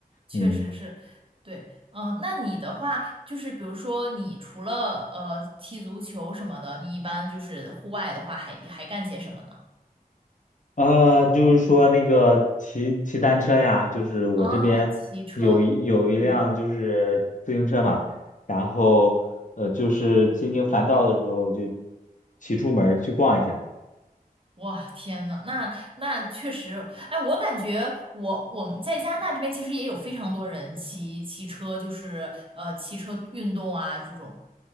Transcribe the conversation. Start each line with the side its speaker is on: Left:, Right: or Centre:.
Right: 确实是，
Left: 嗯。
Right: 对，嗯、那你的话就是，比如说你除了呃踢足球什么的，你一般就是户外的话还，还干些什么呢？
Left: 呃，就是说那个骑骑单车呀，就是我这边有一有一辆就是自行车嘛，
Right: 啊，骑车。嗯，
Left: 然后呃，就是心情烦躁的时候就骑出门儿去逛一下。
Right: 哇，天呐，那那确实，哎，我感觉我我们在加拿大这边其实也有非常多人骑骑车，就是呃骑车运动啊这种。